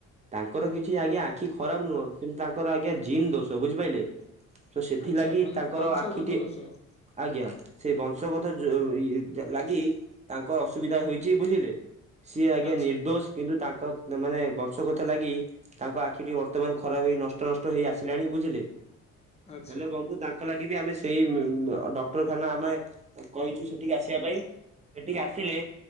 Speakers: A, on the right (about 25°); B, on the left (about 20°).
A: ତାଙ୍କର କିଛି ଆଜ୍ଞା ଆଖି ଖରାପ ନୁହଁ କିନ୍ତୁ ତାଙ୍କର ଆଜ୍ଞା ଜିନ୍ ଦୋଷ ବୁଝିପାଇଲେ। ତ ସେଥିଲାଗି
B: ଆଚ୍ଛା ମାନେ
A: ତାଙ୍କର
B: ବଂଶଗତ
A: ଆଖିଟି
B: ଦୋଷ
A: ଆଜ୍ଞା ସେଇ ବଂଶଗତ ଯୋ ଇ ଏ ଲାଗି ତାଙ୍କ ଅସୁବିଧା ହୋଇଚି ବୁଝିଲେ। ସିଏ ଆଜ୍ଞା
B: ଆଚ୍ଛା
A: ନିର୍ଦ୍ଦୋଷ କିନ୍ତୁ ତାଙ୍କ ମାନେ କଥା ଲାଗି ତାଙ୍କ ଆଖିଟି ବର୍ତ୍ତମାନ ଖରାପ ହେଇ ନଷ୍ଟ ନଷ୍ଟ ହେଇ ଆସିଲାଣି ବୁଝିଲେ।
B: ଆଚ୍ଛା
A: ହେଲେ ବନ୍ଧୁ ତାଙ୍କ ଲାଗି ବି ଆମେ ସ ସେଇ ଡକ୍ଟରଖାନା ଆମେ କହିଛୁ ସେଠିକି ଆସିବା ପାଇଁ ସେଠିକି ଆସିଲେ